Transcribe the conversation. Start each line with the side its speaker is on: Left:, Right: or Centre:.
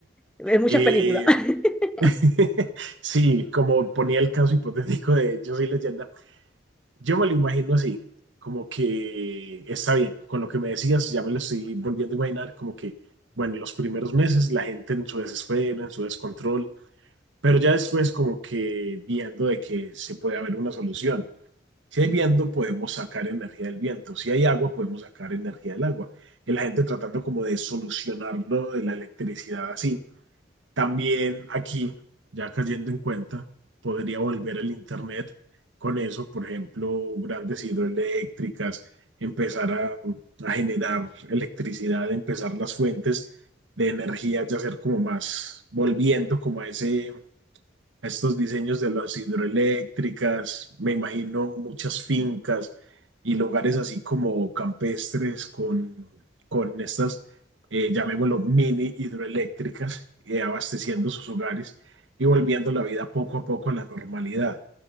Centre: Es muchas
Right: Eh,
Centre: películas. <laughs>
Right: <laughs> sí, como ponía el caso hipotético de Yo soy leyenda, yo me lo imagino así, como que está bien, con lo que me decías, ya me lo estoy volviendo a imaginar, como que, bueno, los primeros meses la gente en su desespero, en su descontrol, pero ya después como que viendo de que se puede haber una solución, Si hay viento, podemos sacar energía del viento. Si hay agua, podemos sacar energía del agua. Y la gente tratando como de solucionarlo de la electricidad así. También aquí, ya cayendo en cuenta, podría volver el Internet con eso, por ejemplo, grandes hidroeléctricas, empezar a, a generar electricidad, empezar las fuentes de energía, ya ser como más, volviendo como a ese estos diseños de las hidroeléctricas, me imagino muchas fincas y lugares así como campestres con, con estas, eh, llamémoslo, mini hidroeléctricas, eh, abasteciendo sus hogares y volviendo la vida poco a poco a la normalidad.